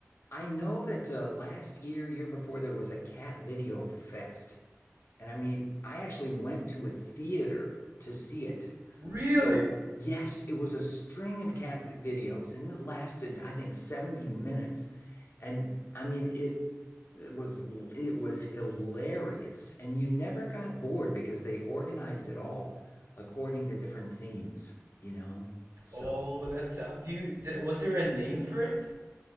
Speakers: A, on the left; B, on the right.
A: I know that uh, last year, year before, there was a cat video fest and I mean, I actually went to a theater to see it.
B: Really?
A: So, yes, it was a string of cat vi- videos and it lasted, I think, 70 minutes. And I mean, it it was l- it was hilarious and you never got bored because they organized it all according to different themes, you know? So,
B: Oh, that sound. Do you, d was there a name for it?